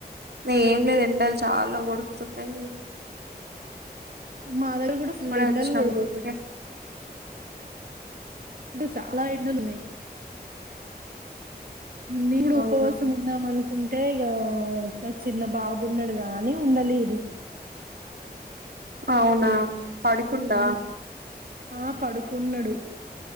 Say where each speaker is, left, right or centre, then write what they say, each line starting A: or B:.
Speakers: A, on the right (about 80°); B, on the right (about 60°).
A: అదే ఏం లేదు ఎండలు చాలా కొడుతున్నాయి
B: మా దగ్గర కూడా ఫుల్
A: ఇప్పుడే
B: ఎండలు
A: వచ్చినాం
B: కొడుతున్నాయి
A: రూమ్ కి
B: ఇప్పుడు చాలా ఎండలు ఉన్నాయి నేను కూడా
A: అవునా
B: ఉపవాసం ఉందామను కుంటే ఇగ నాకు చిన్న బాబున్నాడు గా ఉండలేదు
A: అవునా పడుకుండా
B: ఉమ్. ఆ పడుకున్నాడు